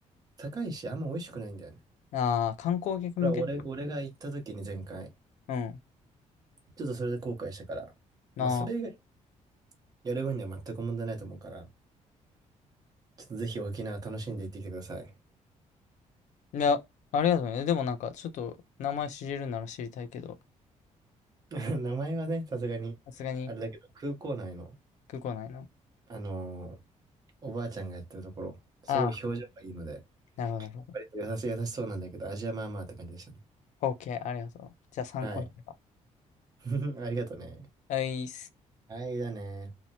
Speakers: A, on the right; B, on the left.
A: 高いし、あんま美味しくないんだよね。
B: ああ、観光客向け。
A: これは俺、俺が行った時に前回、
B: うん。
A: ちょっとそれで後悔したから、
B: な
A: まあそれ以外やる分には全く問題ないと思うから、ちょっとぜひ沖縄楽しんで行ってきてください。
B: あ。いや、ありがとうね。でもなんか、ちょっと、名前知れるなら知りたいけど、
A: <laughs> 名前はね、さすがに、
B: さすがに、
A: あれだけど、空港内の、
B: 空港内の。
A: あのーおばあちゃんがやってるところ、すごい表情がいいので、
B: ああ、なるほどなるほ
A: 割と優しい、優しそうなんだけど、味はまあまあって感じでしたね。
B: ど。OK、ありがとう。じゃあ参考になれば。
A: はい。<laughs> ありがとうね。
B: はいっす。
A: はい、だね。